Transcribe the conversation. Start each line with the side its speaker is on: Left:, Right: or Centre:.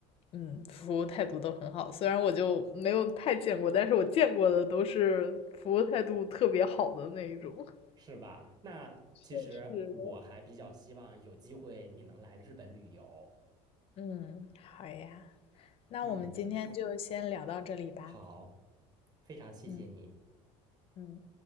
Left: 嗯，服务态度都很好。虽然我就没有太见过，但是我见过的都是服务态度特别好的那一种。<laughs>
Right: 是吧？那其实我还比较希望有机会你能来日本旅游。
Left: 确实的。嗯，好呀，那我们今天就先聊到这里吧。
Right: 嗯，好，非常谢谢你。
Left: 嗯嗯。